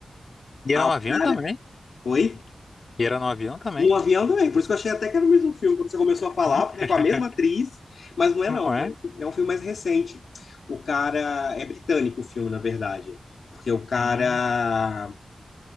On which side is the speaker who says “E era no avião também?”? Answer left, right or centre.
Left